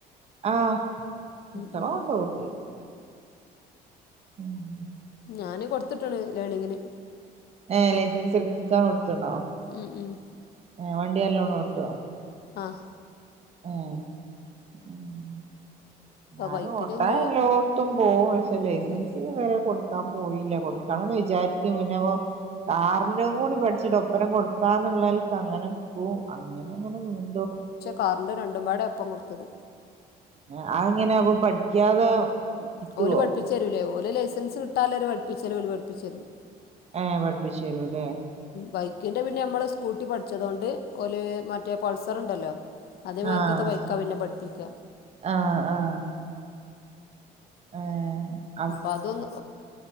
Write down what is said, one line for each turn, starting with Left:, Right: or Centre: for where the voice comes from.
Right: ആഹ് മുട്ട.
Left: ഉം ഉം ഉം
Right: <unintelligible> ഉംഹ്.
Left: ഞാന് കൊടുത്തിട്ട്ക്ക്ണ് ലേണിങ്ന്.
Right: ഏഹ് ലൈസൻസ് ട്ക്കാൻ കൊടുത്ത്ണോ
Left: ഉം ഉം
Right: ഏ വണ്ടിയല്ലോണം ഓട്ടോ?
Left: ആഹ്.
Right: ഏഹ് ഉംഹ്.
Left: ഇപ്പൊ
Right: ഞാനും
Left: ബൈക്കിന്
Right: ഓട്ടാ
Left: ഇഞ്ഞു
Right: എല്ലോട്ത്തും പോവും പക്ഷെ ലൈസൻസിനിതരെ
Left: ഉം
Right: കൊടു. ക്കാ പോയില്ല കൊടുക്കണംന്ന് വിചാരിക്കും പിന്നെപ്പോ കാറ്ന്റെ കൂടി പഠിച്ചിട്ട് ഒപ്പരം കൊടുക്കാന്നുള്ളൽക്ക് അങ്ങനെ പോവും അങ്ങനെ അങ്ങനെ നീണ്ടു.
Left: കാർണ്ട് രണ്ടും പാടെ ഒപ്പം കൊടുത്തത്.
Right: ആഹ് അ എങ്ങനെ പ്പൊ പഠിക്കാതെ കിട്ടുവോ
Left: ഓൽ പഠിപ്പിച്ചരൂലേ ഓൽ ലൈസൻസ് കിട്ടാലര് പഠിപ്പിച്ചല് ഓല് പഠിപ്പിച്ചരും.
Right: ഏഹ് പഠിപ്പിച്ചെരുല്ലേ?
Left: ബൈക്കിൻ്റെ പിന്നെ നമ്മൾ സ്കൂട്ടി പഠിച്ചതോണ്ട് ഓല് മറ്റേ പൾസർ ഉണ്ടല്ലോ. അതേമാരിക്കത്തെ
Right: ആഹ്
Left: ബൈക്കാ പിന്നെ പഠിപ്പിക്ക.
Right: ആഹ് ആഹ്. ഏഹ്
Left: അപ്പൊ അതൊന്ന്